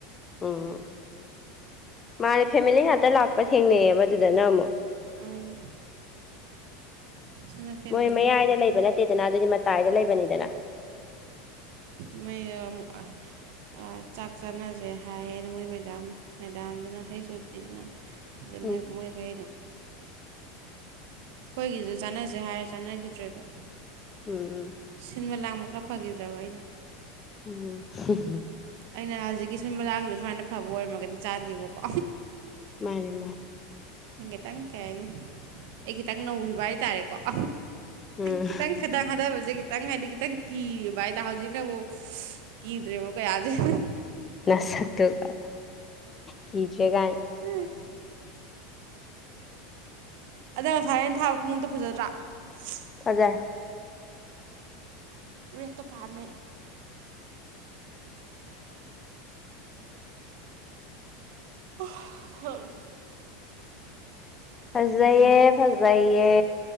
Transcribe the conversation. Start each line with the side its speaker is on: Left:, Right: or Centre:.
Left: ꯎꯝ ꯃꯥꯅꯦ ꯐꯦꯃꯤꯂꯤ ꯉꯥꯛꯇ ꯂꯥꯛꯄ ꯊꯦꯡꯅꯩ ꯌꯦꯕ ꯑꯗꯨꯗꯅ ꯑꯃꯨꯛ
Right: ꯎꯝ ꯁꯤꯅ ꯐꯦꯃꯤꯂꯤ
Left: ꯃꯣꯏ ꯃꯌꯥꯏꯗ
Right: ꯅꯠꯇꯦ
Left: ꯂꯩꯕ ꯅꯠꯇꯦꯗꯅ ꯑꯗꯨꯗꯤ ꯃꯇꯥꯏꯗ ꯂꯩꯕꯅꯤꯗꯅ
Right: ꯎꯃ <unintelligible> ꯆꯥꯛ ꯆꯥꯅꯁꯦ ꯍꯥꯏꯌꯦꯅ ꯃꯣꯏ ꯃꯦꯗꯥꯝ ꯃꯦꯗꯥꯝꯗꯨꯅ ꯍꯩꯁ. ꯑꯣ. ꯗꯤ. ꯗꯨꯅ ꯑꯗꯩ
Left: ꯎꯝ
Right: ꯃꯣꯏ ꯃꯣꯏꯒꯩ ꯑꯗꯨꯝ ꯑꯩꯈꯣꯏꯒꯤꯁꯨ ꯆꯥꯟꯅꯁꯦ ꯍꯥꯏꯔ ꯆꯥꯟꯅꯈꯤꯗ꯭ꯔꯦ ꯑꯗꯨꯝ
Left: ꯎꯝ ꯎꯝ
Right: ꯁꯤꯟꯕ ꯂꯥꯡꯕ ꯈꯔ ꯐꯈꯤꯗ꯭ꯔꯕ ꯑꯩꯅ
Left: ꯎꯝ <unintelligible>
Right: ꯑꯩꯅ ꯍꯖꯤꯛꯀꯤ ꯁꯤꯟꯕꯂꯥꯡꯉꯤꯕ ꯁꯨꯃꯥꯏꯅ ꯐꯕ ꯑꯣꯏꯔꯝꯃꯒꯗꯤ ꯆꯥꯅꯤꯕꯀꯣ
Left: ꯃꯥꯅꯦ ꯃꯥꯅꯦ
Right: ꯈꯤꯇꯪ ꯀꯩ ꯍꯥꯏꯅꯤ ꯑꯩ ꯈꯤꯇꯪ ꯅꯧꯔꯤꯕ ꯍꯥꯏꯇꯥꯔꯦꯀꯣ <unintelligible>
Left: ꯎꯝ
Right: ꯈꯤꯇꯪ ꯈꯗꯥꯡ ꯊꯥꯗꯕꯖꯦ ꯈꯤꯇꯪ ꯍꯥꯏꯗꯤ ꯈꯤꯇꯪ ꯀꯤꯔꯤꯕ ꯍꯥꯏꯇꯥꯔꯦ ꯍꯧꯖꯤꯛꯅ ꯑꯃꯨꯛ ꯀꯤꯗ꯭ꯔꯦꯕ ꯀꯌꯥꯖꯦ
Left: ꯅꯁꯛꯇꯨꯒ ꯀꯤꯗ꯭ꯔꯦ ꯀꯥꯏꯅ
Right: <unintelligible> <unintelligible> ꯑꯗꯣ ꯉꯁꯥꯏ ꯑꯩꯅ ꯊꯥꯕ ꯈꯨꯡꯎꯞꯇꯣ ꯐꯖꯗ꯭ꯔꯥ <unintelligible>
Left: ꯐꯖꯩ
Right: ꯔꯦꯠꯇꯣ ꯄꯥꯝꯃꯦ ꯑ <unintelligible>
Left: ꯐꯥꯖꯩꯌꯦ
Right: ꯅꯨꯡꯊꯤꯟꯁꯦ
Left: ꯐꯖꯩꯌꯦ